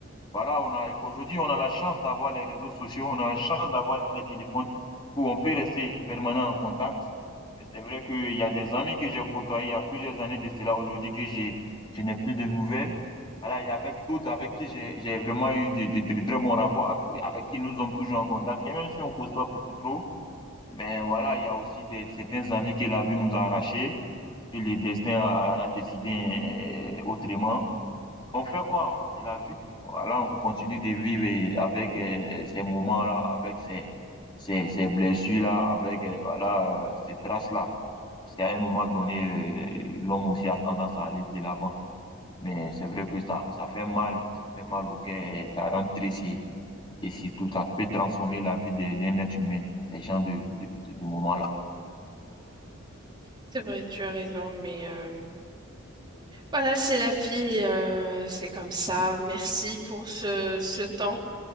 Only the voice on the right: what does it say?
C'est vrai, tu as raison, mais euh, voilà, c'est la vie, euh, c'est comme ça. Merci pour ce, ce temps.